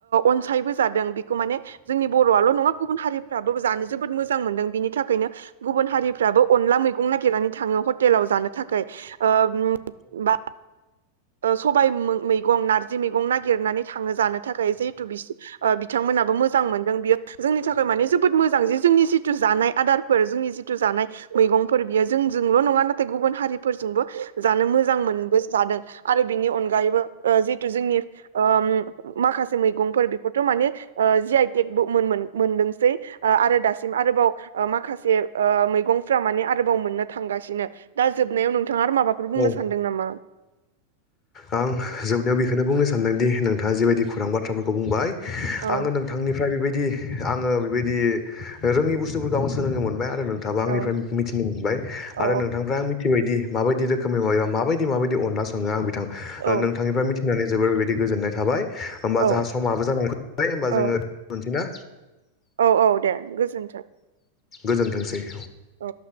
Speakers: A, on the right; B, on the left.
A: अनसायबो जादों खौ माने जोंनि बर'आल' नंङा गुबुन हारिफ्राबो जानो जोबोद मोजां मोनदों बिनि थाखायनो गुबुन हारिफ्रा बो अनला मैगं नागिरनानै थांङो हथेलाव जानो थाखाय ओ उम बा ओ सबाय मै-मैगं नारजि मैगं नागिरनानै थांङो जानो थाखाय जिहेथु बिसो ओ बिथां बिथांमोनहाबो मोजां मोनदों बियो जोंनि थाखाय माने जोबोद मोजां जे जोंनि जिथु जानाय आदारफोर जोंनि जिथु जानाय मैगंफोर बियो जोंजोंल'नंङा नाथाय गुबुन हारि फोरजोंबो जानो मोजां मोनबो जादों आरो बिनि अनगायैबो ओ जिहतु जोंनि ओ उम माखासे मैगंंफोर बिफोरथ' माने ओ जियाइ टेगबो मोन मोन मोनदोंसै आरो दासिम आरोबाव ओ माखासे ओ मैगंफ्रा माने आरोबाव मोननो थांगासिनो दा जो नायाव नोंथांङा आरो माबाफोर
B: औ
A: बुंनो सानदों नामा?
B: आं जोबनायाव बेखौनो बुंनो सान्दोंदि नोंथांङा जिबायदि खौरां बाथ्राफोरखौ बुंबाय
A: औ
B: आंङो नोंथांनिफ्राय बेबायदि आंङो बेबायदि रोंङि बुस्थुफोरखौ आंङो सोलोंनो मोनबाय आ नोंथांङाबो आंनिफ्राय
A: औ
B: मिथिनो मोनबाय
A: औ
B: आरो नोंथांनिफ्राय आं मिथिबायदि माबायदि रोखोमनि माबाबा माबायदि माबायदि अनला संङो आं बिथां
A: औ
B: नोंथांनिफ्राय मिथि नानै जोबोर बेबायदि गोजोननाय थाबाय होमबा
A: औ
B: जाहा समाबो जानानैबाय होमबा
A: औ
B: जोंङो दोनथ'नोसैना?
A: औ औ दे गोजोन्थों।
B: गोजोन्थोंसै।
A: औ